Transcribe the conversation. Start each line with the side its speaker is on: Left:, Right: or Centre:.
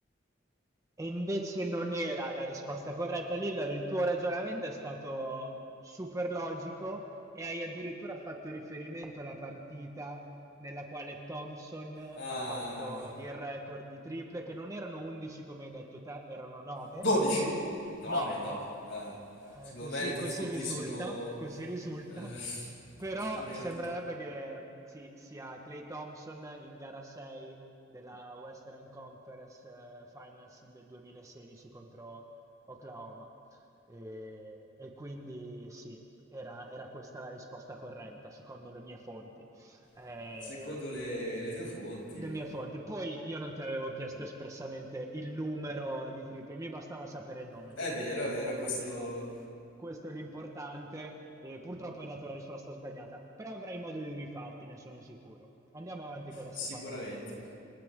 Right: E invece non era la risposta corretta, Lillard. Il tuo ragionamento è stato super logico e hai addirittura fatto riferimento alla partita nella quale Thompson
Left: Ah,
Right: ha fatto il record di triple, che non erano 11 come hai detto te, erano 9.
Left: 12? 9?
Right: 9?
Left: No. Eh,
Right: Eh,
Left: secondo
Right: così,
Left: me le tue
Right: così
Left: fonti
Right: risulta,
Left: sono...
Right: così risulta,
Left: eh,
Right: però
Left: Pavel,
Right: sembrerebbe che sì, sia Clay Thompson in gara 6 della Western Conference eh, Finals del 2016 contro Oklahoma. E, e quindi sì, era, era questa la risposta corretta, secondo le mie fonti. Eh,
Left: <laughs> secondo le, le tue fonti.
Right: le mie fonti. Poi io non ti avevo chiesto espressamente il numero di triple, mi bastava sapere il nome,
Left: È
Right: quindi
Left: vero, è vero,
Right: alla
Left: questo
Right: fine questo è l'importante. E purtroppo hai dato la risposta sbagliata, però avrai modo di rifarti, ne sono sicuro. Andiamo avanti con la
Left: sicuramente.
Right: seconda domanda.